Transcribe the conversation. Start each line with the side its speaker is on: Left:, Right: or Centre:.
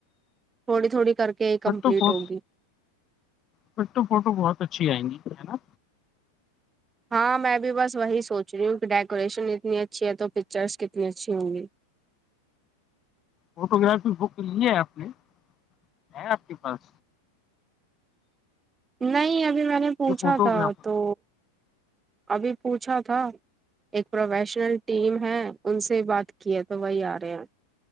Right: تھوی تھوڑی کر کے ہی کمپلیٹ
Left: پ تو فٹو
Right: ہوگی
Left: پ تو فوٹو بہت اچھی آئیں گی ہے نا
Right: ہاں میں بھی بس وہی سوچ رہی ہوں کہ ڈیکوریشن اتنی اچھی ہے تو پکچرس کتنی اچھی ہوں گی
Left: فوٹو گرافی بک کے لی ہے آپ نے ہے آپ کے پاس
Right: نہیں ابھی میں نے پوچھا
Left: جو فوٹوگرافر
Right: تھا تو ابھی پوچھا تھا ایک پروفیشنل ٹیم ہے ان سے بات کی ہے تو وہی آ رہے ہیں